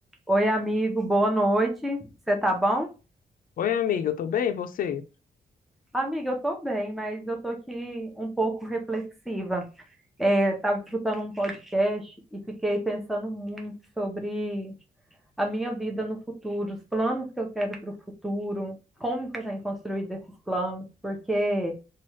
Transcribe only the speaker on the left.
Oi, amiga, eu tô bem, e você?